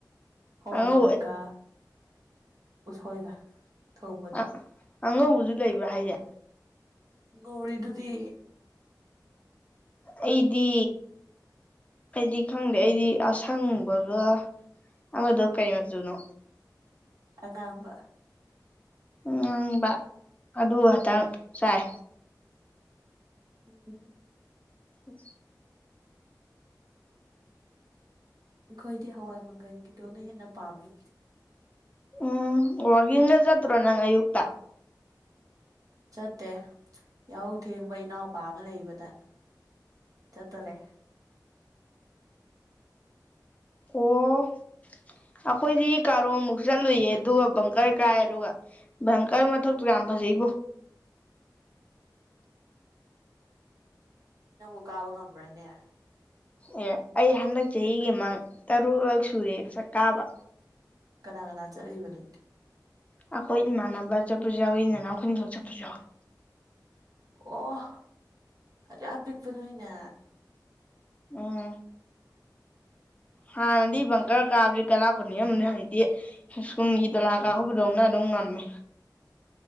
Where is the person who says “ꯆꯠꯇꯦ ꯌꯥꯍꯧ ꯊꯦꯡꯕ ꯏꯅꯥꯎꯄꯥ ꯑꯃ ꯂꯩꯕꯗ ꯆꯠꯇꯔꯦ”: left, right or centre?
Right